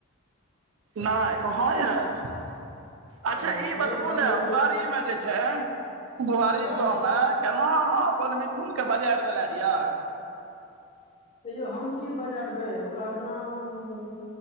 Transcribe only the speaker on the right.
नहि ह य <unintelligible> अच्छा
ई
बतबू
ने बुआरीमे
जे छै बुआरी
गाँवमे एना अहाँ अपन मिथुनके बजारि देले रहि